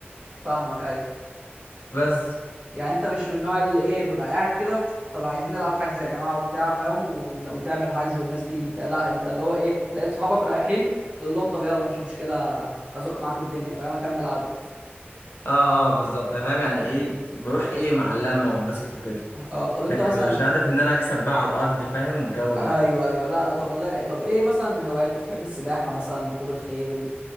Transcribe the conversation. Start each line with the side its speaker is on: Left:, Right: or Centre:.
Right: فاهمك ايوه
Left: بس
Right: يعني انت مش من النوع اللي ايه بيبقى قاعد كده طب عايزين نلعب حجز يا جماعه وبتاع فاهم ون- وتعمل حجز والناس تيجي وكده لا انت اللي هو ايه لقيت صحابك رايحين تقول لهم طب يلا مش مشكله ازق معاكم الدنيا فاهم اكمل عدد
Left: اه اه بالظبط فاهم يعني ايه بروح ايه مع اللمه وانبسط وكده
Right: اه طب انت
Left: لكن
Right: مثلا
Left: مبقاش هدف ان انا اكسب بقى على الارض فاهم والجو
Right: ايوه
Left: ده
Right: ايوه لا لا طب والله رايق طب ايه مثلا هواياتك بتحب السباحه مثلا ركوب الخيل